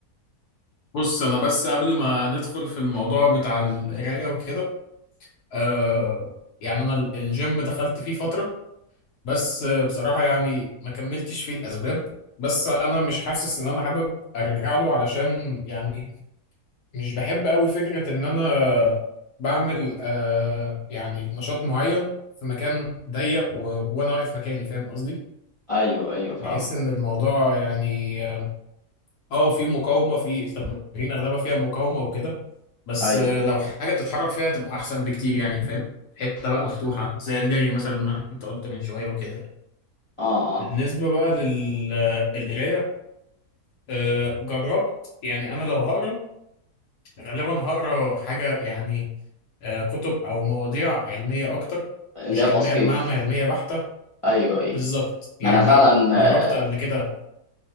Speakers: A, on the left; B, on the left.
A: بص أنا بس قبل ما ندخل في الموضوع بتاع القراية وكده آه، يعني أنا الجيم دخلت فيه فترة بس آه، بصراحة يعني ما كملتش فيه الأسباب بس أنا مش حاسس إن أنا حابب أرجع له علشان يعني مش بحب أوي فكرة إن أنا بعمل آه يعني نشاط معين في مكان ضيق و... وأنا واقف مكاني فاهم قصدي؟
B: ايوه ايوه فاهمك
A: بحس إن الموضوع يعني آه آه، في مقاومة في التمارين أغلبها فيها مقاومة وكده بس
B: ايوه
A: آه لو حاجة بتتحرك فيها تبقى أحسن بكتير يعني فاهم؟ حتة بقى مفتوحة زي الجري مثلا ما أنت قلت من شوية وكده
B: اه
A: بالنسبة
B: اه
A: بقى للقراية آه، جربت يعني أنا لو هقرا غالبا هقرا حاجة يعني آه، كتب أو مواضيع علمية أكتر
B: اللي
A: مش
B: هي
A: علمية
B: تثقيف
A: بمعنى علمية بحتة
B: ايوه ايوه
A: بالظبط يعني
B: ما انا فعلا آه،
A: جربت قبل كده